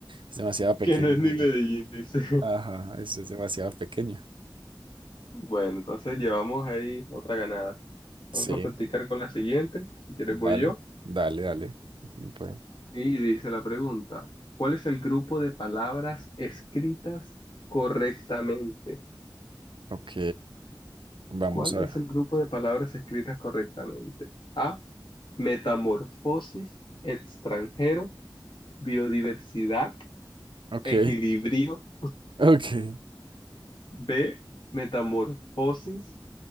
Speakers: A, on the right; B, on the left.
A: Es demasiado pequeño.
B: Que no es ni Medellín, dice.
A: Ajá, es es demasiado pequeño.
B: Bueno, entonces llevamos ahí otra ganada.
A: Sí.
B: Vamos a practicar con la siguiente. Si quieres
A: Dale,
B: voy yo.
A: dale, dale. Bueno,
B: Y dice la pregunta, ¿cuál es el grupo de palabras escritas correctamente?
A: ok, vamos
B: ¿Cuál
A: a
B: es
A: ver.
B: el grupo de palabras escritas correctamente? A. Metamorfosis, extranjero, biodiversidad,
A: Ok,
B: equilibrio.
A: ok,
B: B. Metamorfosis,